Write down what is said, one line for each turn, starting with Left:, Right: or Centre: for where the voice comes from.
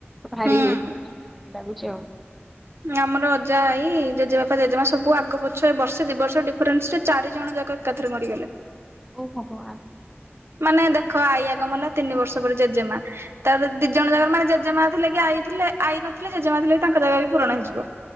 Centre: ବାହାରି
Right: ହୁଁ
Centre: ବିତ୍‌ ଲାଗୁଚି ଆଉ।
Right: ଆମର ଅଜା ଏଇ ଜେଜେବାପା ଜେଜେମା ସବୁ ଆଗ ପଛ ବର୍ଷେ ଦି ବର୍ଷ ଡିଫରେନ୍ସ ରେ ଚାରି ଜଣ ଜାକ ଏକାଥରେ ମରିଗଲେ।
Centre: ଓ ଭଗବାନ।
Right: ମାନେ ଦେଖ ଆଇ ଆଗ ମଲା ତିନି ବର୍ଷ ପରେ ଜେଜେମା। ତାପରେ ଦି ଜଣ ଜାକ ମାନେ ଜେଜେମା ଥିଲେ କି ଆଇ ଥିଲେ ଆଇ ନଥିଲେ ଜେଜେମା ଥିଲେ ବି ତାଙ୍କ ଜାଗା ବି ପୂରଣ ହେଇଯିବ।